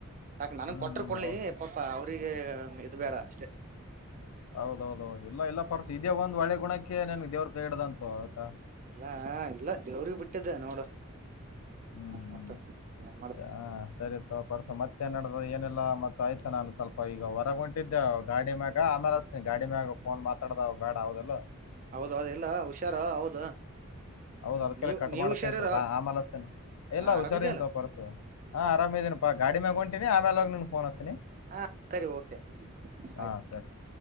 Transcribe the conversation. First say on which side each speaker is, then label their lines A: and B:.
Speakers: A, on the right (about 35°); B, on the left (about 80°).
A: ಸಾಕ ನನ್ನ್
B: ಹ್ಮ್
A: ಕೊಟ್ರ ಕೊಡ್ಲಿ
B: ಹೌದು
A: ಪಾಪ್ಪ ಅವ್ರಿಗೆ ಇದದು ಬೇಡ ಅಷ್ಟೇ.
B: ಹೌದೌದೌದು ಇಲ್ಲ ಇಲ್ಲ ಪರ್ಸು ಇದೇ ಒಂದ ಒಳ್ಳೆ ಗುಣಕ್ಕೆ ನಿನಗ್ ದೇವ್ರ ಕೈ ಇಡುದನ ತಗೋ ಆಯತಾ.
A: ಇಲ್ಲ ಇಲ್ಲ ದೇವ್ರಿಗೆ ಬಿಟ್ಟಿದ್ದೆ ನೋಡು.
B: ಹ್ಞೂ
A: ಹ
B: ಹ್ಞೂ
A: ಮತ್ತ ಏನ್ ಮಾಡ
B: ಸ ಹಾಂ ಸರಿ ತವಾ ಪರ್ಸ ಮತ್ತೆ ಮತ್ತೆನ್ ನಡದ ಏನೆಲ್ಲ ಮತ್ತೆ ಆಯ್ತಾ ನಾನು ಸ್ವಲ್ಪ ಈಗ ಹೊರಗೊಂಟ್ ಬಿಟ್ಟಿದ್ದೆವು ಗಾಡಿ ಮ್ಯಾಗ ಆಮ್ಯಾಲ್ ಆಸ್ಟಿನ್ ಗಾಡಿ ಮ್ಯಾಗ ಫೋನ್ ಮಾತಾಡ್ದಾವ್ ಬೇಡ ಹೌದಿಲ್ಲೊ
A: ಹೌದ ಎಲ್ಲ ಹುಷಾರ ಹೌದು.
B: ಹೌದ
A: ಹ್ಮ್
B: ಅದ್ ಕಡೆ
A: ನೀವ್
B: ಕಟ್
A: ನೀವ್
B: ಮಾಡ್ತೇನೆ
A: ಹುಷಾರಿರ
B: ಸ್ವಲ್ಪ ಆಮಲಸ್ತೇನೆ ಎಲ್ಲಾ
A: ಹ ಆರಾಮಿದೆಯಲ್ಲ
B: ಹುಷಾರಿ ಅಂತ ಪರ್ಸು. ಹಾ ಆರಾಮ ಇದೀನ್ಪ ಗಾಡಿಮ್ಯಾಲ ಹೊಂಟಿನಿ ಆಮೇಲೆ ನ ನಿನ್ ಫೋನ್ ಅಸ್ಟಿನ್.
A: ಹ ಸರಿ ಓಕೆ
B: ಹಾ
A: ಆಯ್ತು
B: ಸರಿ